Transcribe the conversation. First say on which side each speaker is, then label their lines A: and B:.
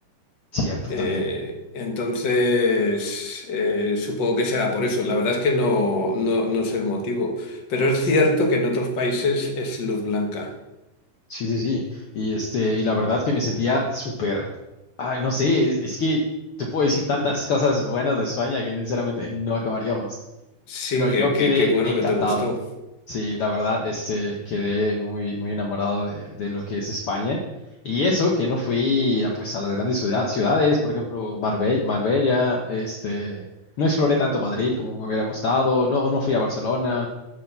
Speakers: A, on the left (about 65°); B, on the left (about 50°).
A: cierto,
B: Eh,
A: también.
B: entonces, eh, supongo que será por eso. La verdad es que no, no, no es el motivo. Pero es cierto que en otros países es luz blanca.
A: Sí, sí, sí. Y este, y la verdad que me sentía súper, ay, no sé, es, es que te puedo decir tantas cosas buenas de España que sinceramente no acabaríamos.
B: Sí,
A: Pero
B: que,
A: yo quedé
B: que, qué bueno
A: encantado.
B: que te gustó.
A: Sí, la verdad, este, quedé muy, muy enamorado de, de lo que es España. Y eso, que no fui a, pues, a las grandes ciudad- ciudades, por ejemplo, Marbella, Marbella, este, no exploré tanto Madrid como me hubiera gustado, no, no fui a Barcelona,